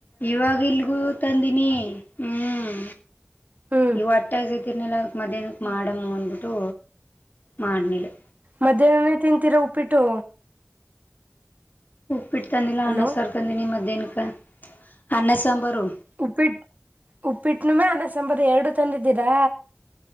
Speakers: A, on the left; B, on the right.
A: ಇವಾಗ ಇಲ್ಗೂ ತಂದಿನಿ ಹ್ಮ್
B: ಹ್ಮ್
A: ಇವಟ್ಟ ತಿರ್ನಲಕ್ ಮಧ್ಯಾಹ್ನಕ್ಕೆ ಮಾಡಮ್ಮ ಅಂದಬಿಟ್ಟು ಮಾಡನೇಲೆ
B: ಮಧ್ಯಾಹ್ನನೆ ತಿಂತೀರಾ ಉಪ್ಪಿಟ್ಟು
A: ಉಪ್ಪಿಟ್ಟ ತಂದಿಲ್ಲಾ
B: ಅಲೋ
A: ಅನ್ನ ಸಾರ್ ತಂದಿನಿ ಮದೇನಕ ಅನ್ನ ಸಾಂಬಾರು
B: ಉಪ್ಪಿಟ್ಟ ಉಪ್ಪಿಟ್ಟನುಮ್ಮ ಅನಸಂಬರ್ ಎರಡು ತಂದಿದ್ದೀರಾ